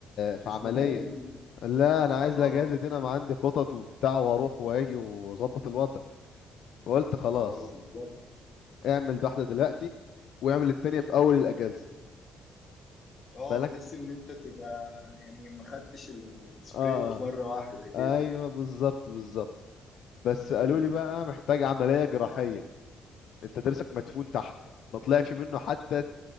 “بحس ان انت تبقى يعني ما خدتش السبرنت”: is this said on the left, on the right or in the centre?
Left